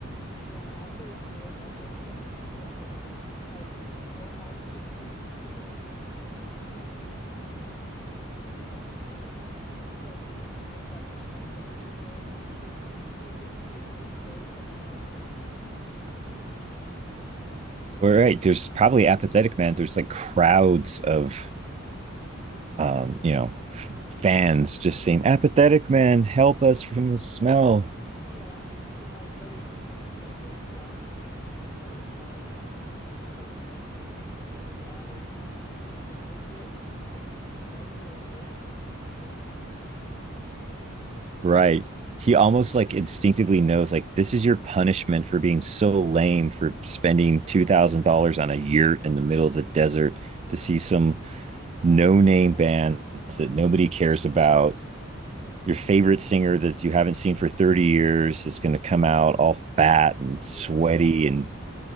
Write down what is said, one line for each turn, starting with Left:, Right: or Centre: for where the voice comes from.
Left: And then after he throws up like 20 times, apathetic man probably is just gonna go home because he's like, screw this, right? He's gonna not, he won't be having it because that's ridiculous to have to put up with is the throwing up. Like they can they can just go somewhere else where it's not stinky.
Right: we right. There's probably apathetic man. There's like crowds of um, you know, fans just saying, Apathetic man, help us from the smell.
Left: Yeah, and like really, he could just like wave his arm and brush all the smell away, but he's just so frustrated that they're even bothering him that he's like, go get like industrial fans to the police.
Right: Right. He almost like instinctively knows like this is your punishment for being so lame for spending two thousand dollars on a yurt in the middle of the desert to see some no-name
Left: Yeah,
Right: band that nobody cares about your favorite singer that you haven't seen for 30 years is going to come out all fat and
Left: yeah.
Right: sweaty and